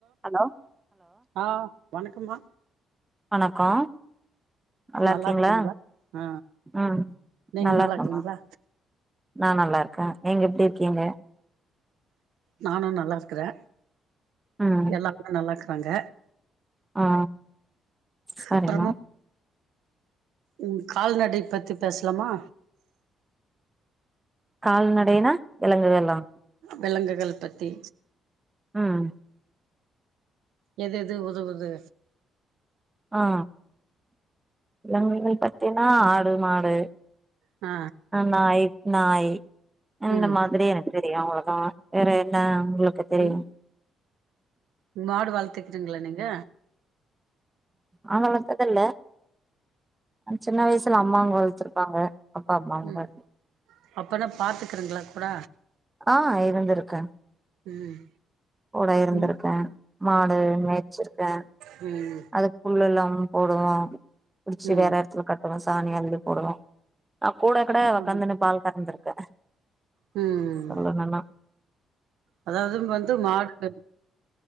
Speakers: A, on the right; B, on the right.
A: Hello
B: ஆ வணக்கம்மா
A: வணக்கோ நல்லார்க்கீங்களா
B: நல்லா இருக்கீங்களா ஆ
A: ம்
B: நீங்க
A: நல்லா இருக்கம்மா
B: இருக்கீங்களா
A: நா நல்லா இருக்கே நீங்க எப்டி இருக்கீங்க
B: நானு நல்லா இருக்கிறே
A: ம்
B: எல்லாருமே நல்லா இருக்கறாங்க
A: ஆ சரிம்மா
B: அப்புறமா ம் கால்நடை பத்தி பேசலாமா
A: கால்நடைனா விலங்குகளா
B: வெலங்குகள் பத்தி
A: ம்
B: எது எது உதவுது
A: ஆ விலங்குகள் பத்தீன்னா ஆடு மாடு
B: ஆ
A: நாய் நாய் இந்த
B: ம்
A: மாதிரி எனக் தெரியு அவ்ளதா வேற என்ன உங்களுக்கு தெரியு
B: ம் மாடு வளத்துக்குறீங்களா நீங்க
A: ஆங்க வளத்தது இல்ல சின்ன வயசுல அம்மாவுங்க வள்த்துருப்பாங்க அப்பா அம்மாங்க
B: ம் அப்பனா பாத்துக்குறங்களா கூட
A: ஆ இருந்துருக்கே
B: ம்
A: கூட இருந்திருக்கே
B: ம்
A: மாடு மேச்சிருக்கே
B: ம்
A: அதுக் புல்லெல்லா போடுவோ புடிச்சி
B: ம்
A: வேற எடத்துல கட் <unintelligible> சாணி அள்ளி போடுவோ அக் கூட கட உக்காந்துன்னு
B: ம்
A: பால் கறந்துருக்கே
B: ம்
A: சொல்லுங்கன்னா
B: அதாவது வந்து மாட்டு